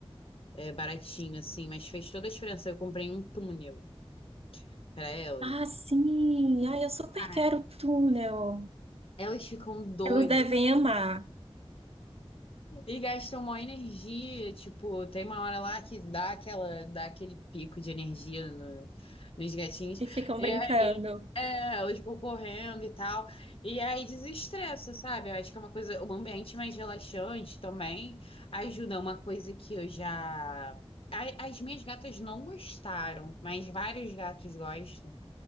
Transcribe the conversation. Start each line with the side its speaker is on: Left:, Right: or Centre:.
Left: é, baratinho, assim, mas fez toda a diferença. Eu comprei um túnel para elas.
Right: Ah, sim. Ah, eu super
Left: Cara,
Right: quero o túnel.
Left: elas ficam doidas.
Right: Elas devem amar
Left: E gastam uma energia, tipo, tem uma hora lá que dá aquela, dá aquele pico de energia no- nos gatinhos.
Right: e ficam
Left: E
Right: brincando.
Left: aí, é, elas vão correndo e tal. E aí desestressa, sabe? Eu acho que é uma coisa, um ambiente mais relaxante também ajuda. Uma coisa que eu já. a- As minhas gatas não gostaram, mas vários gatos gostam.